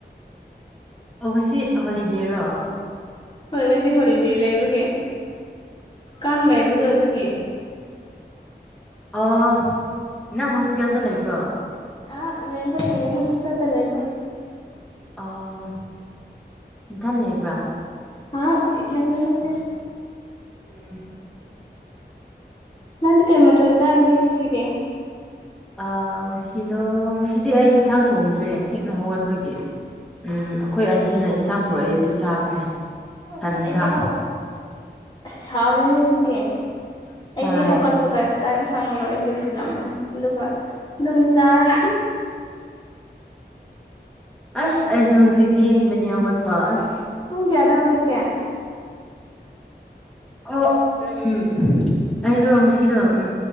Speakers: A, in the centre; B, on the left.
A: ꯑꯣ ꯉꯁꯤ ꯍꯣꯂꯤꯗꯦꯔꯣ
B: ꯍꯣꯏ ꯉꯁꯤ ꯍꯣꯂꯤꯗꯦ ꯂꯩꯕꯒꯤ ꯀꯥꯡ ꯂꯩꯕꯗꯣ ꯑꯗꯨꯒꯤ
A: ꯑꯧ ꯅꯪ ꯍꯣꯁꯇꯦꯜꯗ ꯂꯩꯕ꯭ꯔꯣ
B: ꯑ ꯔꯦꯟꯗ ꯂꯩꯔꯥꯅꯣ ꯍꯣꯁꯇꯦꯜ ꯗꯥ ꯂꯩꯔꯣ
A: ꯑꯥ ꯅꯥꯊꯟ ꯂꯩꯕ꯭ꯔꯥ
B: ꯑ ꯏꯊꯟꯗꯥ ꯅꯠꯇꯦ
A: ꯎꯝ
B: ꯅꯪꯗꯤ ꯀꯩ ꯃꯊꯦꯜ ꯆꯥꯔꯒꯦ ꯉꯁꯤꯒꯤꯗꯤ
A: ꯑ ꯉꯁꯤꯗꯣ ꯉꯁꯤꯗꯤ ꯑꯩ ꯏꯟꯁꯥꯡ ꯊꯣꯡꯗ꯭ꯔꯦ ꯊꯦꯡꯅ ꯍꯧꯒꯠꯄꯒꯤ ꯎꯝ ꯑꯩꯈꯣꯏ ꯑꯟꯇꯤꯅ ꯏꯟꯁꯥꯡ ꯄꯨꯔꯛꯑꯦ ꯑꯗꯨ ꯆꯥꯈ꯭ꯔꯦ
B: ꯑꯣ
A: ꯁꯟꯁꯥ
B: ꯑꯩꯗꯤ ꯍꯧ ꯑꯁ ꯍꯥꯎꯔꯅꯦ ꯑꯗꯨꯗꯤ ꯑꯩꯗꯤ
A: ꯍꯣꯏ
B: ꯍꯧꯒꯠ ꯄꯒ ꯆꯥꯛ ꯏꯟꯁꯥꯡ ꯂꯣꯏ ꯂꯣꯏꯁꯤꯜꯂꯝꯃꯦ ꯑꯗꯨꯒ ꯑꯗꯨꯝ ꯆꯥꯔꯦ
A: ꯑꯁ ꯑꯩꯁꯨ ꯉꯁꯤ ꯊꯦꯡꯕꯅꯦ ꯍꯧꯒꯠꯄ ꯑꯁ
B: ꯄꯨꯡ ꯀꯥꯌꯗꯥ ꯍꯧꯒꯠꯀꯦ
A: ꯑꫭ ꯎꯝ ꯑꯩꯗꯣ ꯉꯁꯤꯗꯣ ꯎꯝ